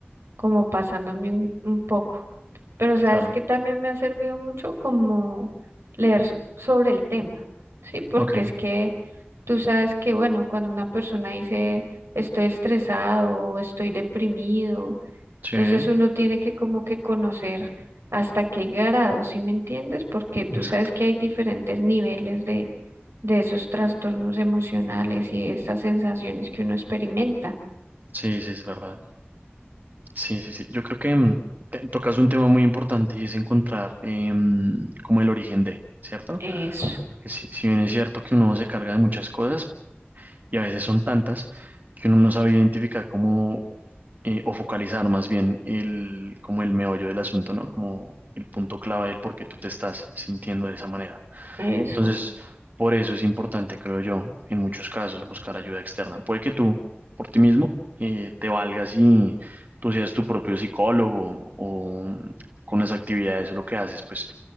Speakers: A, on the right; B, on the right.
A: como pasándome un, un poco. Pero sabes
B: claro.
A: que también me ha servido mucho como leer s- sobre el tema, ¿sí? Porque
B: Ok,
A: es que tú sabes que, bueno, cuando una persona dice estoy estresado o estoy deprimido,
B: sí,
A: entonces uno tiene que como que conocer hasta qué grado, ¿sí me entiendes? Porque tú
B: exacto.
A: sabes que hay diferentes niveles de, de esos trastornos emocionales y de estas sensaciones que uno experimenta.
B: Sí, sí, es verdad. Sí, sí, sí. Yo creo que mm, te- tocas un tema muy importante y es encontrar em, como el origen de, ¿cierto?
A: Eso,
B: Que si, si bien es cierto que uno se carga de muchas cosas y a veces son tantas que uno no sabe identificar cómo eh, o focalizar más bien el, como el meollo del asunto, ¿no? Como el punto clave del por qué tú te estás sintiendo de esa manera.
A: eso.
B: Entonces, por eso es importante, creo yo, en muchos casos buscar ayuda externa. Puede que tú, por ti mismo, eh, te valgas y tú seas tu propio psicólogo o mm, con las actividades o lo que haces, pues